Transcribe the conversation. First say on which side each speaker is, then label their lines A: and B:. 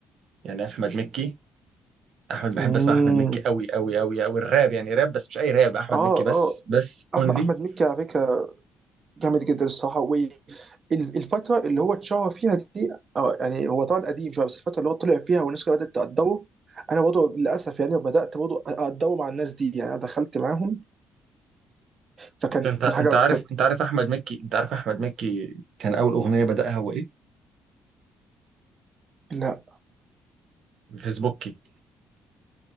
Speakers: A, on the right; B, on the right.
A: يعني احمد مكي احمد بحب
B: مم.
A: اسمع احمد مكي قوي قوي قوي قوي الراب يعني راب بس مش اي راب احمد
B: اه
A: مكي بس
B: اه
A: بس
B: احمد
A: اونلي
B: احمد مكي على فكرة جامد جدا الصراحه والفتره اللي هو اتشهر فيها دي آه، يعني هو طبعا قديم شويه بس الفتره اللي هو طلع فيها والناس كلها بدات تقدره انا برضه للاسف يعني بدات برضه اقدره مع الناس دي يعني انا دخلت معاهم فكان
A: ده انت
B: كان
A: انت
B: حاجه
A: عارف
B: كانت
A: انت عارف احمد مكي انت عارف احمد مكي كان اول اغنيه بدأها هو ايه؟
B: لا
A: فيسبوكي